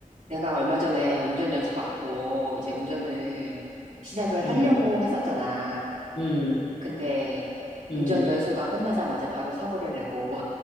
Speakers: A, on the right; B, on the left.
A: 내가 얼마 전에 운전 연수 받고 이제 운전을 시작을
B: 음,
A: 하려고 했었잖아.
B: 음,
A: 근데
B: 음.
A: 운전 연수가 끝나자마자 바로 사고를 내고.